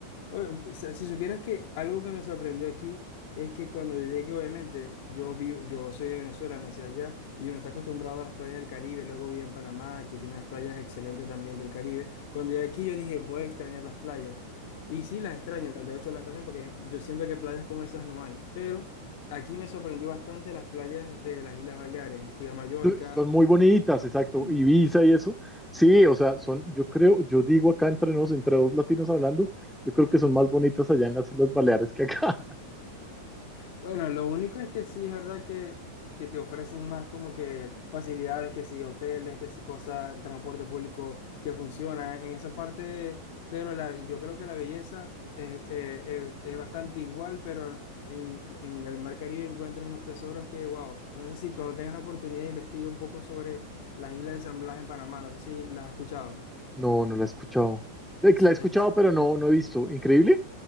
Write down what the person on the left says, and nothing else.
O o sea, si supieras que algo que me sorprendió aquí es que cuando yo llegué, obviamente, yo vivo, yo soy de Venezuela, nací allá, y uno está acostumbrado a las playas del Caribe, luego viví en Panamá, que tiene unas playas excelentes también del Caribe. Cuando llegué aquí yo dije, voy a extrañar las playas. Y sí las extraño, de hecho las extraño porque yo siento que playas como esas no hay. Pero aquí me sorprendió bastante las playas de las Islas Baleares. Fui a Mallorca,
mm,
sí,
Bueno, lo único es que sí es verdad que, que te ofrecen más como que facilidades, que sí, hoteles, que sí, cosas, transporte público que funciona en esa parte, pero la- yo creo que la belleza es, eh, es- es bastante igual, pero en, en el Mar Caribe encuentran unos tesoros que, wow, no sé si cuando tengas la oportunidad investiga un poco sobre la isla de San Blas en Panamá, no sé si las has escuchado.
Eso
es.